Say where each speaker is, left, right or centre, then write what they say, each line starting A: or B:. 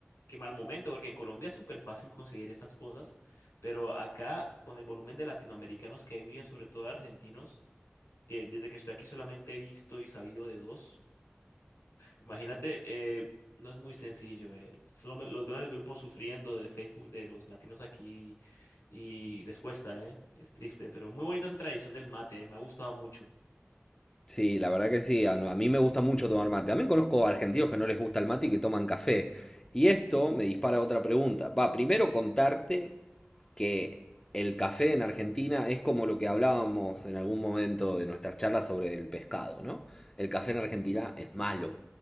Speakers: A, on the left (about 85°); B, on the left (about 15°).
A: qué mal momento, porque en Colombia es súper fácil conseguir estas cosas, pero acá, con el volumen de latinoamericanos que viven, sobre todo argentinos, que desde que estoy aquí solamente he visto y sabido de dos. Imagínate, eh, no es muy sencillo. eh, Solo me- los veo en el grupo sufriendo de Facebook de los latinos aquí y les cuesta, ¿eh? Es triste, pero muy bonita esa tradición del mate, eh, Me ha gustado mucho.
B: Sí, la verdad que sí. A, a mí me gusta mucho tomar mate. También conozco argentinos que no les gusta el mate y que toman café. Y esto me dispara otra pregunta. Va, primero contarte que el café en Argentina es como lo que hablábamos en algún momento de nuestras charlas sobre el pescado, ¿no? El café
A: Mm,
B: en Argentina es malo,